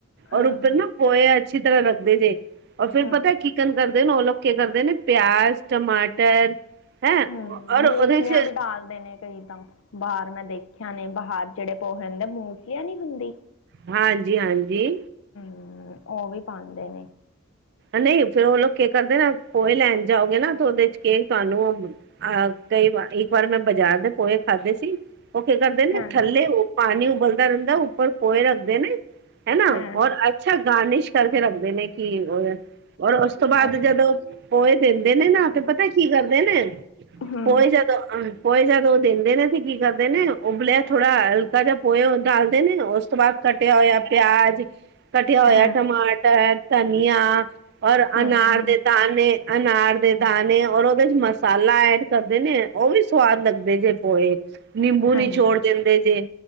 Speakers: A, on the left; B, on the right.
A: ਹਾਂ
B: ਔਰ ਉੱਪਰ
A: ਹਾਂ
B: ਨਾ ਪੋਹੇ ਅੱਛੀ ਤਰ੍ਹਾਂ ਰਖ ਦੇ, ਦੇ ਔਰ ਫਿਰ
A: ਹੂੰ
B: ਪਤਾ ਕੀਕਨ ਕਰਦੇ ਨੇ ਉਹ ਲੋਕ ਕਰਦੇ ਨੇ ਪਿਆਜ਼ ਟਮਾਟਰ ਹੈਂ
A: ਹਮ
B: ਔਰ
A: ਮੂੰਗਫਲੀਆਂ
B: ਉਹਦੇ ਚ
A: ਵੀ ਡਾਲਦੇ ਨੇ ਕਈ ਤਾਂ ਬਾਹਰ ਮੈਂ ਦੇਖਿਆ ਨੇ ਬਾਹਰ ਜਿਹੜੇ ਪੋਹੇ ਹੁੰਦੇ ਮੂੰਫਲੀਆਂ ਨੀ ਹੁੰਦੀ।
B: ਹਾਂਜੀ, ਹਾਂਜੀ।
A: ਹੂੰ ਉਹ ਵੀ ਪਾਉਂਦੇ ਨੇ
B: ਨਹੀਂ ਫੇਰ, ਉਹ ਲੋਕ ਕੀ ਕਰਦੇ ਨਾ ਪੋਹੇ ਲੈਣ ਜਾਓਗੇ ਨਾ ਤੇ ਉਹਦੇ ਚ ਕੇ ਤੁਹਾਨੂੰ ਕਈ ਵਾਰ ਇੱਕ ਵਾਰ ਮੈਂ ਬਾਜ਼ਾਰ ਦੇ ਪੋਹੇ ਖਾਧੇ ਸੀ। ਉਹ ਕੀ ਕਰਦੇ ਨੇ,
A: ਹਾਂ
B: ਥੱਲੇ
A: ਹਾਂ
B: ਓ ਪਾਣੀ ਬਲਦਾ ਰਹਿੰਦਾ ਉੱਪਰ ਕੋਏ ਰੱਖਦੇ ਨੇ। ਹੈ ਨਾ
A: ਹਾਂ
B: ਔਰ
A: ਹਾਂ
B: ਅੱਛਾ ਗਾਰਨਿਸ਼ ਕਰਕੇ ਰੱਖਦੇ ਨੇ ਕੀ। ਔਰ ਉਸ ਤੋਂ ਬਾਅਦ
A: ਅੱਛਾ
B: ਜਦੋਂ ਪੋਏ ਦੇਨੇ ਨਾ ਤੇ ਪਤਾ ਕੀ ਕਰਦੇ ਨੇ
A: ਹੂੰ
B: ਪੋਏ ਜਦੋਂ ਪੋਏ ਜਦ ਉਹ ਦਿੰਦੇ ਨੇ ਤੇ ਕੀ ਕਰਦੇ ਨੇ ਉਬਲਿਆ ਥੋੜਾ ਹਲਕਾ ਜਿ ਪੋਏ ਡਾਲਦੇ ਨੇ ਉਸ ਤੋਂ ਬਾਅਦ ਕੱਟਿਆ ਹੋਇਆ ਪਿਆਜ ਕਟਿਆ ਹੋਇਆ
A: ਹਾਂ
B: ਟਮਾਟਰ
A: ਹਾਂ
B: ਧਨੀਆਂ ਔਰ
A: ਹਾਂ
B: ਅਨਾਰ
A: ਹਾਂ
B: ਦੇ ਦਾਣੇ, ਅਨਾਰ ਦੇ ਦਾਣੇ ਔਰ ਉਹ ਉਹਦੇ ਚ ਮਸਾਲਾ ਐਡ ਕਰਦੇ ਨੇ ਉਹ ਵੀ ਸਵਾਦ ਲੱਗਦੇ ਜੇ। ਪੋਏ ਨਿੰਬੂ
A: ਹਾਂਜੀ
B: ਨਿਚੋੜ ਦਿੰਦੇ ਜੇ